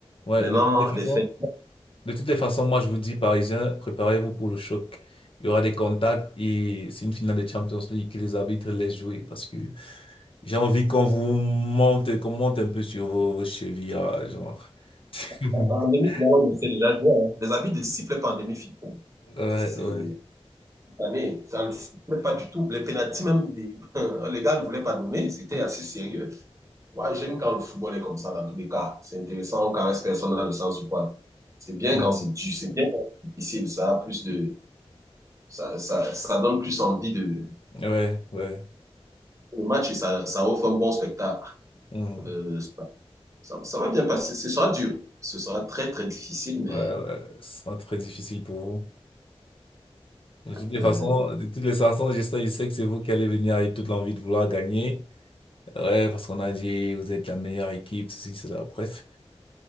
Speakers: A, on the left; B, on the right.
A: Ouais,
B: Maintenant,
A: de toutes les façons,
B: les faits.
A: de toutes les façons, moi je vous dis, Parisiens, préparez-vous pour le choc. Il y aura des contacts et c'est une finale de Champions League que les arbitres laissent jouer parce que J'ai envie qu'on vous monte, qu'on monte un peu sur vos, vos chevilles, ah, genre. <laughs>
B: En, en demi-finale, on sait déjà jouer. hein. Les habits ne sifflaient pas en demi-finale.
A: Ouais,
B: C'est,
A: ouais. ouais.
B: année. Ça ne plaît pas du tout. Les pénalties, même, les, <laughs> les gars ne voulaient pas donner. C'était assez sérieux. Ouais, j'aime quand le football est comme ça, dans tous les cas. C'est intéressant, on ne caresse personne dans le sens du poil. C'est bien
A: Mhm.
B: quand c'est dur, c'est bien quand c'est difficile. Ça, a plus de, ça, ça, ça donne plus envie de,
A: Ouais, ouais.
B: le match et ça, ça offre un bon spectacle.
A: Mhm.
B: Euh, ça, ça, va bien passer. Ce sera dur. Ce sera très, très difficile, mais
A: Ouais, ouais. Ce sera très difficile pour vous. De toutes les
B: euh,
A: façons, de toutes les façons, je sais, je sais que c'est vous qui allez venir avec toute l'envie de vouloir gagner. Ouais, parce qu'on a dit, vous êtes la meilleure équipe, ceci, cela, bref.